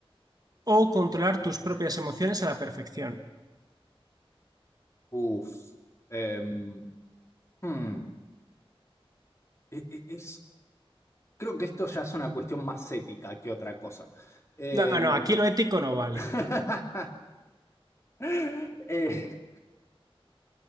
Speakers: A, on the right; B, on the left.
A: o controlar tus propias emociones a la perfección?
B: uff. Em, hmm, e- e- es, creo que esto ya es una cuestión más ética que otra cosa. Em,
A: No, no, aquí lo ético no vale.
B: <laughs> Eh,